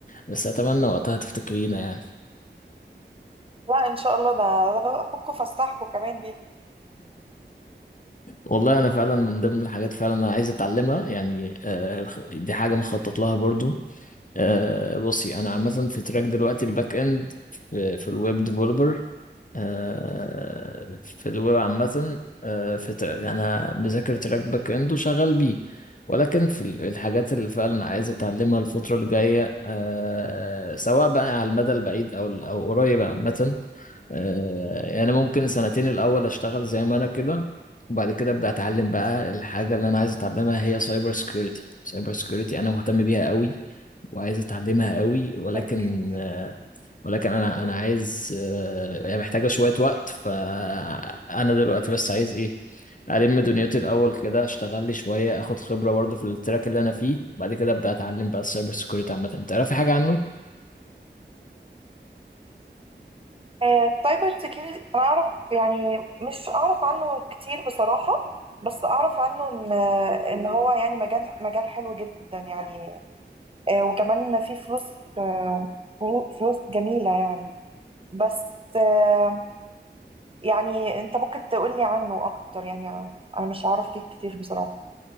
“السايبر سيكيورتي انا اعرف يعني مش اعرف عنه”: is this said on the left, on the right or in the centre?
Right